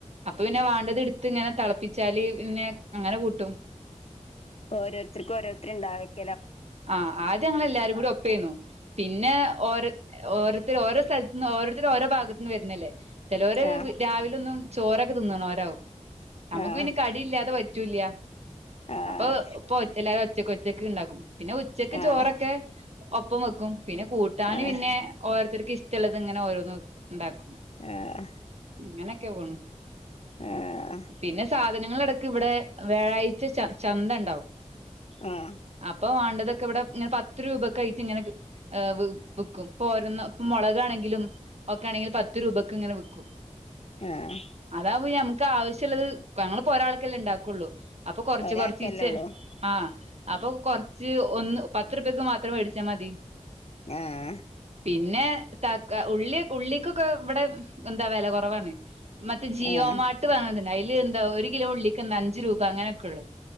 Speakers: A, on the right; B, on the left.
A: അപ്പൊ പിന്നെ വേണ്ടത് എടുത്ത് ത്തിങ്ങനെ തിളപ്പിച്ചാല് പിന്നെ അങ്ങനെ കൂട്ടും.
B: ഓരോരുത്തർക്കും ഓരോരുത്തരു ഇണ്ടാക്കു
A: ആഹ് ആദ്യം ഞങ്ങൾ എല്ലാരും കൂടി ഒപ്പേന്നു. പിന്നെ ഓരോ ഓരോത്തർ ഓരോ സ്ഥലത്തും ഓരോത്തരു ഓരോ ഭാഗു നിന്ന് വരുന്നല്ലേ? ചിലവര്
B: ആഹ്
A: രാവിലൊന്നും ചോറൊക്കെ തിന്നണം ഒരാവും. നമുക്ക്
B: ആഹ്
A: പിന്നെ കടി ഇല്ലാതെ പറ്റി റ്റുല്യ
B: ആഹ്
A: അപ്പൊ ഇപ്പ ഒറ്റ എല്ലാരും ഒറ്റക്ക് ഒറ്റക്ക് റ്റക്ക് ഉണ്ടകും. പിന്നെ ഉച്ചക്ക്
B: ആഹ്
A: ചോറൊക്കെ ഒപ്പം വെക്കും. പിന്നെ കൂട്ടാന്
B: ആഹ്
A: പിന്നെ ഓരോര ഇവർക്ക് ഇഷ്ടുള്ളത് ഇങ്ങനെ ഓരോന്നും ഇണ്ടാക്കും.
B: ആഹ്
A: ഇങ്ങനൊക്കെ പോണു.
B: ആഹ്
A: പിന്നെ സാധനങ്ങൾടക്ക് ഇവിടെ വ്യാഴാഴ്ച ച ചന്ത ഉണ്ടാവും.
B: ആഹ്
A: ഇപ്പൊ വേണ്ടതൊക്കെ ഇവിടെ ഇങ്ങനെ പത്ത് രൂപക്കെ ആയിട്ട് ഇങ്ങനെ കി വി വിക്കും. ഇപ്പ ഒരേ ഇപ്പ മുളകാണെങ്കിലും ഒക്കെ ആണെങ്കിൽ പത്ത് രൂപക്കെ ഇങ്ങനെ വിക്കും.
B: ആഹ്
A: അതാവുമ്പോ നമുക്ക് ആവശ്യ ഉള്ളത് ഞങ്ങളിപ്പോ ഒരാൾക്കെല്ലേ ഉണ്ടാക്കുള്ളൂ. അപ്പൊ കൊറച്ച്
B: ഒരാക്കല്ലേ
A: കൊറച്ചീച്ച്
B: ഉള്ളൂ
A: ആ അപ്പൊ കൊറ ഒന്ന് പത്ത് രൂപയ്ക്ക് മാത്രം മേടിച്ചാൽ മതി.
B: ആഹ്
A: പിന്നെ തക്ക ഉള്ളി ഉള്ളിക്കൊക്കെ ഇവിടെ എന്താ വില കുറവാണ്. മറ്റേ ജിയോ
B: ആഹ്
A: മാട്ട് വേണ അയ്ല് എന്താ ഒരു കിലോ ഉള്ളിക്ക് ന്നഞ്ച്‌ രൂപ അങ്ങനെക്കെ ള്ളു.